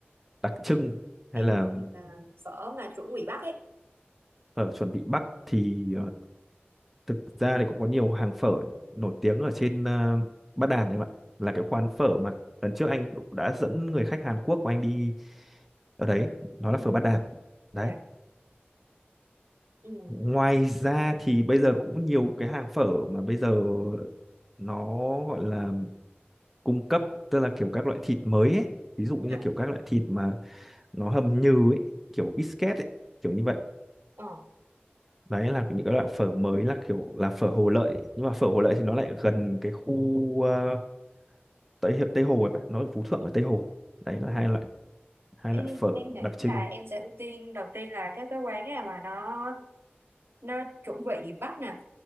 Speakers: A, in the centre; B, on the right (about 70°).
A: đặc trưng hay
B: em
A: là
B: nghĩ là phở mà chuẩn bị Bắc ấy
A: phở chuẩn bị Bắc thì ờ, thực ra thì cũng có nhiều hàng phở nổi tiếng ở trên ờ, Bát Đàn em ạ là cái quán phở mà lần trước anh cũng đã dẫn người khách Hàn Quốc của anh đi ở đấy nó
B: Ừ,
A: là phở Bát Đàn đấy
B: dạ ừ,
A: ngoài ra thì bây giờ cũng nhiều cái hàng phở mà bây giờ nó gọi là cung cấp tức là kiểu các loại thịt mới ấy ví dụ như
B: dạ.
A: là kiểu các loại thịt mà nó hầm nhừ ấy kiểu biscuit ấy kiểu như vậy
B: Ờ.
A: đấy là những cái loại phở mới là kiểu là phở Hồ Lợi nhưng mà phở Hồ Lợi thì nó lại gần cái khu ờ, Tây Hi- Tây Hồ ấy bạn nó ở Phú Thượng ở Tây Hồ đấy là hai loại hai
B: em
A: loại phở
B: em nghĩ
A: đặc trưng
B: là em sẽ ưu tiên đầu tiên là cái cái quán nào mà nó nó chuẩn vị Bắc nè